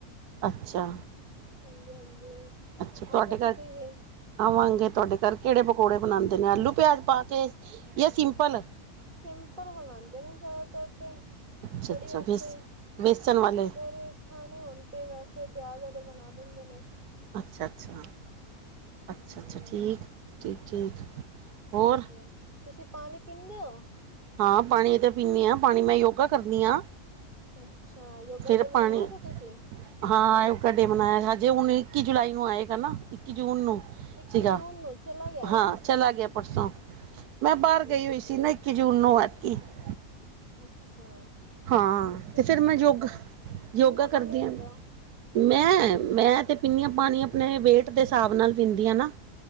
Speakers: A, on the right; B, on the right.
A: ਅੱਛਾ।
B: ਹਾਂਜੀ ਹਾਂਜੀ
A: ਅੱਛਾ ਤੁਹਾਡੇ
B: ਆਜੋ
A: ਘਰ
B: ਤੁਸੀਂ ਵੀ।
A: ਆਵਾਂਗੇ ਤੁਹਾਡੇ ਘਰ ਕਿਹੜੇ ਪਕੌੜੇ ਬਣਾਂਦੇ ਨੇ ਆਲੂ ਪਿਆਜ ਪਾ ਕੇ ਜਾਂ ਸਿੰਪਲ
B: ਸਿੰਪਲ ਬਣਾਂਦੇ ਨੇ ਜ਼ਿਆਦਾਤਰ ਤੇ
A: ਅੱਛਾ
B: ਕੜੀ
A: ਅੱਛਾ
B: ਵਾਸਤੇ
A: ਬੇਸ ਬੇਸਣ ਵਾਲੇ
B: ਅਗਰ ਖਾਣੇ ਹੋਣ ਤੇ ਵੈਸੇ ਪਿਆਜ ਦਾ ਅਲੱਗ ਬਣਾ ਦਿੰਦੇ ਨੇ।
A: ਅੱਛਾ ਅੱਛਾ ਅੱਛਾ
B: ਹਾਂਜੀ
A: ਅੱਛਾ ਠੀਕ ਠੀਕ ਠੀਕ। ਹੋਰ
B: ਹਾਂਜੀ ਤੁਸੀਂ ਪਾਣੀ ਪੀਂਦੇ ਹੋ।
A: ਹਾਂ ਪਾਣੀ ਤਾਂ ਪੀਣੇ ਆ ਪਾਣੀ ਮੈਂ ਯੋਗਾ ਕਰਦੀ ਹਾਂ।
B: ਅੱਛਾ ਯੋਗਾ
A: ਫਿਰ
B: ਡੇ ਮਨਾਇਆ
A: ਪਾਣੀ
B: ਸੀ ਤੁਸੀਂ।
A: ਹਾਂ <unintelligible> ਮਨਾਇਆ ਹਜੇ ਹੁਣ ਇੱਕੀ ਜੁਲਾਈ ਨੂੰ ਆਏਗਾ ਨਾ ਇੱਕੀ ਜੂਨ ਨੂੰ।
B: ਇੱਕੀ
A: ਸੀਗਾ
B: ਜੂਨ ਨੂੰ ਚਲਾ ਗਿਆ
A: ਹਾਂ
B: ਏ
A: ਚਲਾਂਗੇ ਪਰਸੋਂ ਮੈਂ
B: ਹਾਂਜੀ
A: ਬਾਹਰ ਗਈ ਹੋਈ ਸੀ ਨਾ। ਇੱਕੀ ਜੂਨ ਨੂੰ <unintelligible>
B: ਅੱਛਾ।
A: ਹਾਂ
B: ਤੁਸੀਂ
A: ਤੇ ਫਿਰ
B: ਦਿਨ
A: ਮੈਂ ਯੋਗਾ
B: ਵਿੱਚ
A: ਯੋਗਾ
B: ਕਿੰਨਾ ਪਾਣੀ
A: ਕਰਦੀ
B: ਪੀਂਦੇ
A: ਆ।
B: ਹੋ?
A: ਮੈਂ ਮੈਂ ਤੇ ਪੀਣੀ ਆਂ ਪਾਣੀ ਆਪਣੇ ਵੇਟ ਦੇ ਹਿਸਾਬ ਨਾਲ ਪੀਂਦੀ ਆ ਨਾ।